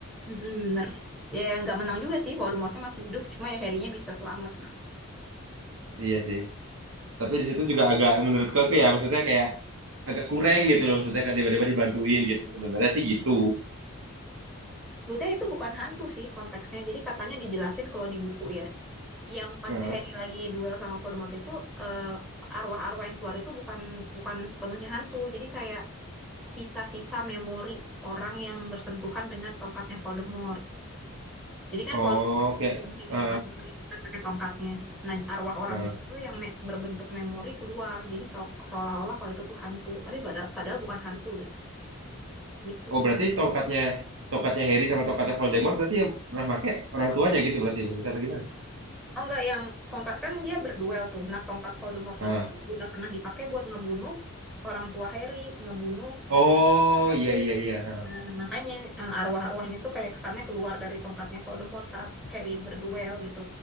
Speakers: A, in the centre; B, on the right.
A: Mm-mm, bener. Ya nggak menang juga sih, Voldemortnya masih hidup, cuma ya Harry-nya bisa selamat.
B: Iya sih. Tapi di situ juga agak menurutku aku ya, maksudnya kayak agak kurang gitu loh, maksudnya kayak tiba-tiba dibantuin gitu. Sebenarnya sih gitu.
A: Sebetulnya itu bukan hantu sih konteksnya, jadi katanya dijelasin kalau di buku ya. Yang pas
B: Heeh.
A: Harry lagi duel sama Voldemort itu eh, arwah-arwah yang keluar itu bukan bukan sepenuhnya hantu, jadi kayak sisa-sisa memori orang yang bersentuhan dengan tongkatnya Voldemort. Jadi kan
B: Oh,
A: Voldemort
B: kayak
A: bunuhin
B: eh
A: orang-orang itu kan pakai tongkatnya. Nah, arwah orangnya
B: eh.
A: itu yang me- berbentuk memori keluar. Jadi so- seolah-olah kalau itu tuh hantu, tapi pada- padahal bukan hantu gitu. Gitu
B: oh
A: sih.
B: berarti tongkatnya tongkatnya Harry sama tongkatnya Voldemort berarti yang pernah pakai orang tuanya gitu berarti maksudnya apa gimana?
A: Oh enggak, yang tongkat kan dia berduel tuh. Nah, tongkat Voldemort
B: Ah.
A: itu udah pernah dipakai buat ngebunuh orang tua Harry, ngebunuh
B: Oh
A: Cedric.
B: iya iya iya.
A: Nah, makanya eh, arwah-arwahnya tuh kayak kesannya keluar dari tongkatnya Voldemort saat Harry berduel gitu.